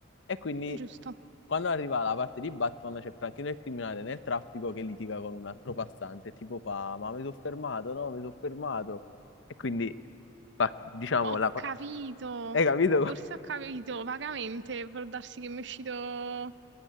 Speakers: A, on the left; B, on the right.
A: e quindi
B: giusto.
A: quando arriva la parte di Batman c'è Franchino il criminale nel traffico che litiga con un altro passante, tipo fa ma mi sono fermato, no, mi sono fermato e quindi fa- diciamo
B: Ho
A: la,
B: capito.
A: hai capito?
B: Forse ho capito vagamente. Può darsi che mi è uscito